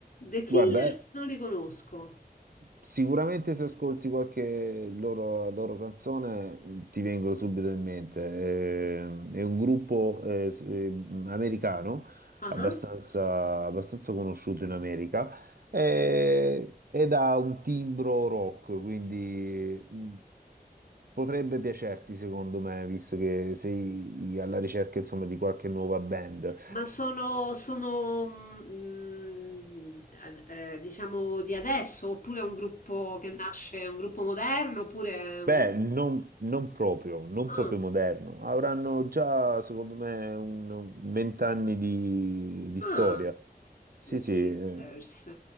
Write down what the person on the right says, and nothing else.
Guarda,
eh,
sicuramente se ascolti qualche loro, loro canzone mh, ti vengono subito in mente. Eh, È, un gruppo eh, s- eh, mh, americano
abbastanza,
abbastanza conosciuto in America eh, ed ha un timbro rock, quindi mh, potrebbe piacerti secondo me, visto che sei alla ricerca insomma, di qualche nuova band.
Beh,
non, non proprio, non
proprio moderno. Avranno già, secondo me, un vent'anni di, di
storia. Sì,
sì,
eh,